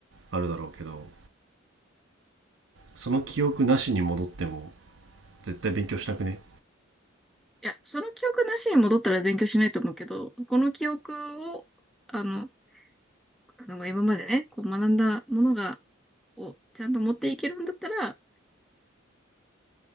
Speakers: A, on the right; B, in the centre.
A: あるだろうけど、その記憶なしに戻っても、絶対勉強しなくね
B: いや、その記憶なしに戻ったら勉強しないと思うけど、この記憶を、あの、あの今までね、こう学んだものが、をちゃんと持っていけるんだったら、